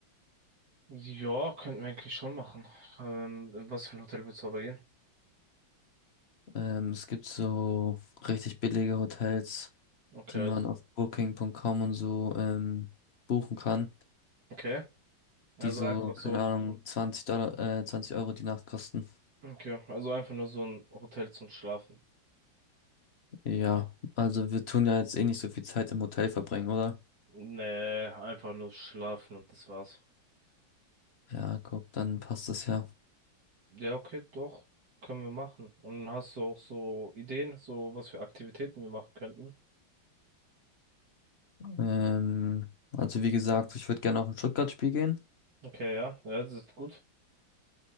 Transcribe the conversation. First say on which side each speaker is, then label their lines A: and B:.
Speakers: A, on the right; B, on the left.
A: Ja, könnten wir eigentlich schon machen. Ähm, in was für ein Hotel willst du aber gehen?
B: Ähm, es gibt so richtig billige Hotels,
A: Okay,
B: die man
A: also,
B: auf Booking.com und so ähm, buchen kann,
A: okay. Also
B: die so,
A: einfach
B: keine
A: so ein,
B: Ahnung, 20 Dollar, äh, 20 Euro die Nacht kosten.
A: okay, also einfach nur so ein Hotel zum Schlafen.
B: Ja, also wir tun ja jetzt eh nicht so viel Zeit im Hotel verbringen, oder?
A: Nee, einfach nur schlafen und das war's.
B: Ja, guck, dann passt das ja.
A: Ja, okay, doch. Können wir machen. Und hast du auch so Ideen, so was für Aktivitäten wir machen könnten?
B: Ähm, also wie gesagt, ich würde gerne auf ein Stuttgart-Spiel gehen.
A: Okay, ja, ja, das ist gut.